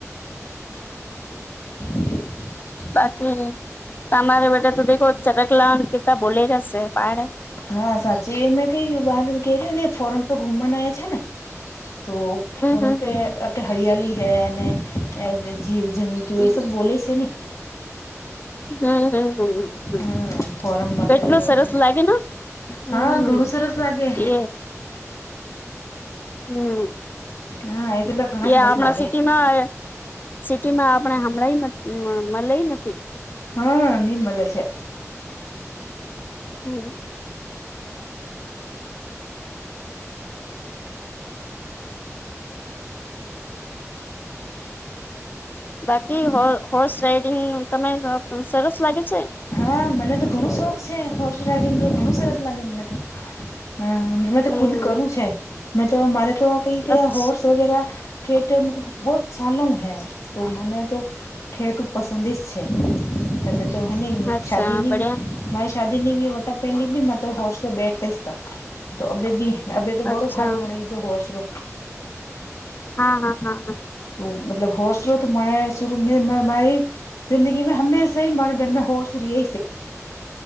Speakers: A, on the left (about 75°); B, on the left (about 35°).
A: <inaudible>
B: બાકી તમારે વ તો દેખો ચરકલા કિતા બોલી જશે પડ.
A: હા, સાચી મેં કઈ વાર કે્યું ને ફોરમ પર ઘુમવાના આવ છે ને. તો ફોરન
B: હમ
A: પે
B: હમ
A: હરિયાળલી હૈ ને જીવ જંતુ એ સબ
B: હમ
A: બોલે છે ને.
B: હમ
A: હમ ફોરમમાં
B: કેટલો
A: તે તો
B: સરસ
A: બે
B: લાગે ને. હમ
A: હા ઘણું સરસ લાગે.
B: એ હમ,
A: હા એટલા ઘણા
B: એ
A: સરસ
B: આપણા
A: લાગે
B: સિટી માં. સિટી માં આપણે હમણાં મળે નથી.
A: હા, નિ મળે છે.
B: હમ્મ બાકી હોર્સ રાઈડિંગ તને સરસ લાગે છે.
A: હા, મને તો ઘણું શોખ છે, હોર્સ રાઈડિંગતો ઘણું સરસ લાગે મને તો. હા, મેં તો
B: હમ
A: ખુદ કરું છે, મેં તો મારે તો કઈક
B: અચ્છા
A: હોર્સ વગેરા ઠેઠ મતલબ ઓછાલૂમ હે તો મને તો ઠેઠ પસંદી જ છે. તમે તો હને
B: અચ્છા
A: શાદી નની
B: બડિયા
A: મારે શાદી. દ નવી વટ પે લ ભી મ હર્સ દ બેટ તઈસ્તા. તો અ બી અ તો બડો
B: અચ્છા
A: ફાર્મ ભીધો હોસરો.
B: હા હા હા હા
A: તો મતલબ હોર શ્રોત મને શ મારી. જિંદગી મે હમેશા મણગરમાં હોશ રએ.